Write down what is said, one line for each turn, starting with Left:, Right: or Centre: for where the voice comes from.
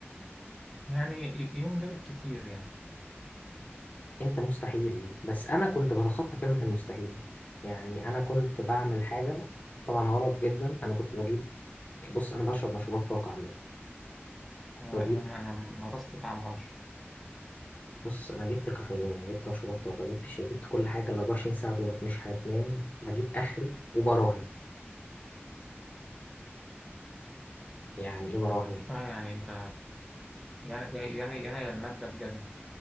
Centre: يعني ي- يوم ده بالكتير يعني
Left: انت مستحيل بس انا كنت بتخطى كلمه المستحيل يعني انا كنت بعمل حاجه طبعا غلط جدا انا كنت بجيب بص انا بشرب مشروبات طاقه عامه كنت
Centre: آه، انا
Left: بجيب
Centre: أنا ما بستطعمهاش
Left: بص انا جبت كافيين جبت مشروبات طاقه جبت شاي جبت كل حاجه ال 24 ساعه دولت مش هتنام بجيب اخري وبراهن يعني ايه براهن
Centre: اه يعني انت يعني يعني يعني الماده بجد